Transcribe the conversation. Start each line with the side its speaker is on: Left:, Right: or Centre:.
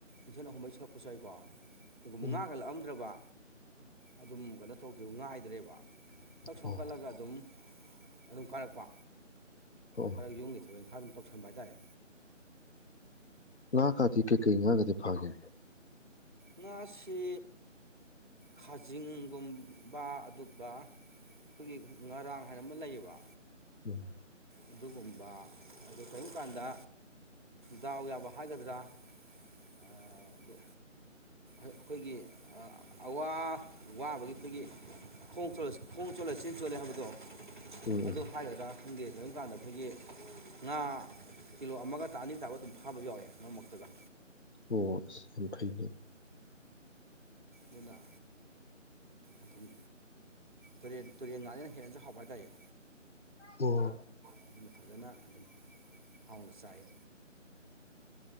Right: ꯏꯊꯟ ꯑꯍꯨꯝ ꯃꯔꯤ ꯆꯤꯡꯉꯛꯄꯁꯨ ꯌꯥꯎꯋꯤꯀꯣ ꯀꯩꯒꯨꯝꯕ
Left: ꯎꯝ
Right: ꯉꯥꯒ ꯂꯛꯑꯝꯗ꯭ꯔꯥꯕ ꯑꯗꯨꯝ ꯀꯩꯅꯣ ꯇꯧꯗꯦ ꯉꯥꯏꯗ꯭ꯔꯦꯕ ꯊꯛ ꯁꯣꯟꯀꯠꯂꯒ
Left: ꯑꯣ
Right: ꯑꯗꯨꯝ ꯑꯗꯨꯝ ꯀꯥꯔꯛꯄ
Left: ꯑꯣ
Right: ꯈꯔ ꯌꯨꯝꯒꯤ ꯊꯕꯛ ꯏꯪꯈꯥꯡ ꯑꯗꯨꯝ ꯇꯧꯁꯟꯕ ꯍꯥꯏꯇꯥꯔꯦ
Left: ꯉꯥ ꯀꯥꯗꯤ ꯀꯩꯀꯩ ꯉꯥ ꯒꯥꯗꯤ ꯐꯥꯒꯦ
Right: ꯉꯥ ꯁꯤ ꯈꯥ ꯖꯤꯡꯒꯨꯝꯕ ꯑꯗꯨꯒ ꯑꯩꯈꯣꯏꯒꯤ ꯉꯔꯥꯡ ꯍꯥꯏꯅ ꯑꯃ ꯂꯩꯌꯦꯕ
Left: <inaudible>
Right: ꯑꯗꯨꯒꯨꯝꯕ ꯑꯗꯨ ꯀꯔꯤꯝ ꯀꯥꯟꯗ ꯗꯥꯎ ꯌꯥꯕ ꯍꯥꯏꯒꯗ꯭ꯔꯥ ꯑꯥ ꯗꯨ ꯑꯈꯣꯏꯒꯤ ꯑꯋꯥ ꯋꯥꯕꯒꯤ ꯑꯩꯈꯣꯏꯒꯤ ꯈꯣꯡ ꯆꯣꯠꯂ ꯈꯣꯡ ꯆꯣꯠꯂ ꯆꯤꯟ ꯆꯣꯠꯂꯦ ꯍꯥꯏꯕꯗꯣ
Left: ꯎꯝ
Right: ꯑꯗꯨ
Left: ꯎꯝ
Right: ꯍꯥꯏꯒꯗ꯭ꯔꯥ ꯈꯪꯗꯦ ꯀꯔꯤꯝ ꯀꯥꯟꯗ ꯑꯩꯈꯣꯏꯒꯤ ꯉꯥ ꯀꯤꯂꯣ ꯑꯃꯒ ꯇꯥ ꯑꯅꯤ ꯇꯥꯕ ꯑꯗꯨꯝ ꯐꯥꯕꯖꯨ ꯌꯥꯎꯋꯦ ꯃꯔꯛ ꯃꯔꯛꯇꯥꯒ
Left: ꯑꯣ ꯑꯁ ꯌꯥꯝ ꯐꯩꯅꯦ
Right: ꯗꯨꯅ ꯑꯗꯨꯝ ꯇꯨꯔꯦꯟ ꯇꯨꯔꯦꯟ ꯉꯥꯖꯤꯅ ꯍꯦꯟꯅꯖꯨ ꯍꯥꯎꯕ ꯍꯥꯏꯇꯥꯔꯦ
Left: ꯑꯣ
Right: ꯑꯗꯨꯅ ꯐꯖꯅ ꯑꯗꯨꯝ ꯍꯥꯎꯅ ꯆꯥꯏ